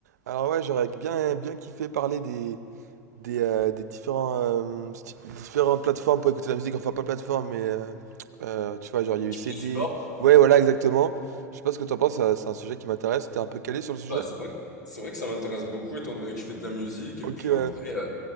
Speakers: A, on the right; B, on the left.
A: Alors ouais, j'aurais bien, bien kiffé parler des, des, euh, des différents, euh, sti- différentes plateformes pour écouter la musique. Enfin, pas plateforme, mais euh, euh, tu vois, genre il y a
B: Type
A: eu CD.
B: de support?
A: Ouais, voilà, exactement. Je sais pas ce que t'en penses, ça- c'est un sujet qui m'intéresse. T'es un peu calé sur le sujet?
B: Bah, c'est- vrai, c'est vrai que ça m'intéresse beaucoup étant donné que je fais de la musique et
A: Ok,
B: puis
A: ouais.
B: en vrai, euh,